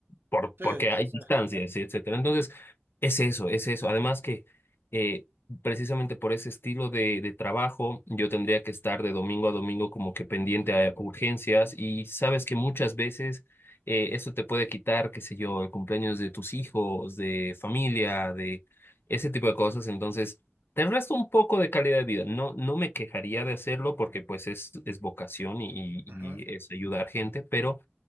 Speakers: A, on the left; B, on the right.
A: por,
B: Sí,
A: porque
B: sí,
A: hay
B: sí.
A: distancias, y etcétera. Entonces, es eso, es eso. Además que eh, precisamente por ese estilo de, de trabajo, yo tendría que estar de domingo a domingo como que pendiente a urgencias y sabes que muchas veces eh, eso te puede quitar, qué sé yo, el cumpleaños de tus hijos, de familia, de ese tipo de cosas. Entonces, te resta un poco de calidad de vida. No, no me quejaría de hacerlo porque pues es, es vocación y, y
B: Ujú,
A: y es ayudar gente, pero